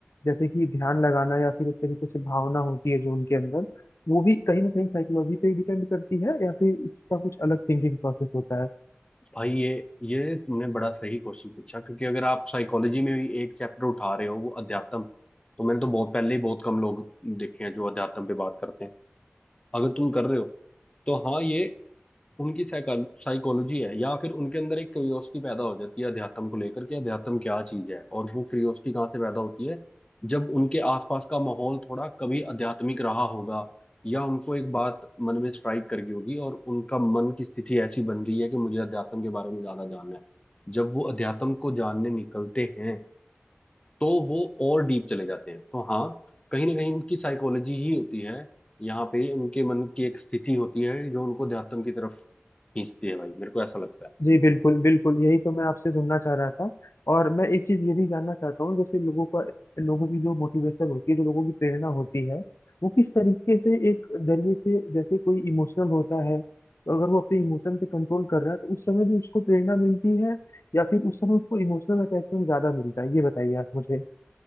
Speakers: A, on the left; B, on the left.
A: जैसे कि ध्यान लगाना या फिर एक तरीके से भावना होती है जो उनके अंदर वो भी कहीं ना कहीं साइकोलॉजी पे डिपेंड करती है या फिर इसका कुछ अलग थिंकिंग प्रोसेस होता है
B: भाई ये ये तुमने बड़ा सही क्वेश्चन पूछा क्योंकि अगर आप साइकोलॉजी में भी एक चैप्टर उठा रहे हो वो अध्यात्म तो मैंने तो बहुत पहले ही बहुत कम लोग देखे हैं जो अध्यात्म पे बात करते हैं अगर तुम कर रहे हो तो हाँ ये उनकी साइकोलॉजी है या फिर उनके अंदर एक क्यूरियोसिटी पैदा हो जाती है अध्यात्म को लेकर कि अध्यात्म क्या चीज है और वो क्यूरियोसिटी कहाँ से पैदा होती है जब उनके आसपास का माहौल थोड़ा कभी आध्यात्मिक रहा होगा या उनको एक बात मन में स्ट्राइक कर गई होगी और उनका मन की स्थिति ऐसी बन गई है कि मुझे अध्यात्म के बारे में ज्यादा जानना है जब वो अध्यात्म को जानने निकलते हैं तो वो और डीप चले जाते हैं तो हाँ कहीं ना कहीं उनकी साइकोलॉजी ही होती है यहाँ पे उनके मन की एक स्थिति होती है जो उनको अध्यात्म की तरफ खींचती है भाई मेरे को ऐसा लगता है
A: जी बिल्कुल बिल्कुल यही तो मैं आपसे सुनना चाह रहा था और मैं एक चीज ये भी जानना चाहता हूँ जैसे लोगों का लोगों की जो मोटिवेशन होती है जो लोगों की प्रेरणा होती है वो किस तरीके से एक जरिए से जैसे कोई इमोशनल होता है तो अगर वो अपने इमोशन पे कंट्रोल कर रहा है तो उस समय भी उसको प्रेरणा मिलती है या फिर उस समय उसको इमोशनल अटैचमेंट ज्यादा मिलता है ये बताइए आप मुझे